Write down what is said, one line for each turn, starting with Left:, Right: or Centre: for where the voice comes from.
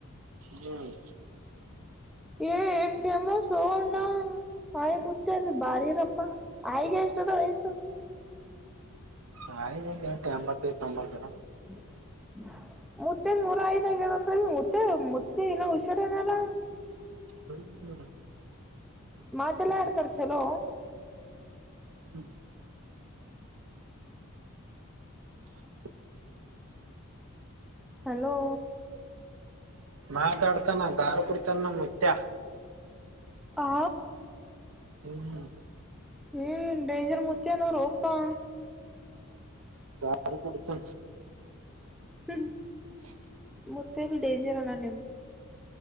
Right: ಹ್ಮ್
Centre: ಏ ಏನ್ ಫೇಮಸ್ ಅಣ್ಣಾ ಆಯ್ ಮುತ್ತ್ಯಲ್ ಬಾರಿರಪ್ಪಾ ಆಯಗೆ ಎಷ್ಟದ ವಯಸ್ಸ?
Right: ಹ ಈ ಒಂದು ಎಷ್ಟು ಎಂಬತ್ತ ತೊಂಬತ್ತರ.
Centre: <unintelligible> ಮುತ್ತೆ ಮೂರ ಐದಗ್ಯಾರಂದ್ರೀ ಮುತ್ತೆ ಮುತ್ತೆ ಇನ್ನ ಹುಷಾರನಲ್ಲಾ?
Right: ಹ್ಮ್
Centre: ಮಾತೆಲ್ಲಾ ಎಡ್ತರ ಚಲೋ
Right: ಹ್ಮ್ <inaudible>
Centre: ಹಲೋ
Right: ಮಾತಾಡ್ತಾನ ದಾರ ಕುಡಿತಾನ ಮುತ್ಯ.
Centre: ಆ
Right: ಹ್ಮ್
Centre: ಹಏ ಡೇಂಜರ್ ಮುತ್ಯೆಯನು ರೋಪಾ.
Right: ದಾರಿ ಕೊಡ್ತು
Centre: ತಿನ್
Right: <inaudible>
Centre: ಮತ್ತೆ ಡೆೇಂಜರ್ ನಾನ ನಿಮ್ಮ.